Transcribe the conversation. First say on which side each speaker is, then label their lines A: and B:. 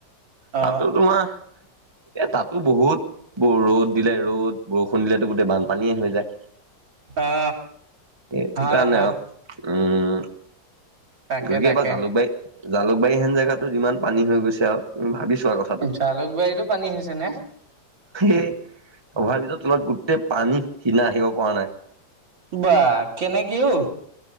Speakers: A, on the right; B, on the right.
A: অ
B: তাতটো তোমাৰ। এ তাতো বহুত ৰ'দ দিলে ৰ'দ বৰষুণ দিলেতো গোটেই বানপানীয়ে হৈ যায়।
A: অ
B: সেইটো
A: হয়
B: কাৰণে
A: হয়
B: আৰু উম।
A: তাকে
B: গতিকে
A: তাকে
B: এইবাৰ জালুকবাৰী জালুকবাৰীহেন জেগাতো যিমান পানী হৈ গৈছে আৰু তুমি ভাবিছা কথাটো।
A: জালুক বাৰীতো পানী হৈছে নে?
B: এই অভাৰ ব্ৰীজৰ তলত গোটেই পানী সিদিনা আহিব পৰা নাই।
A: বা কেনেকে ও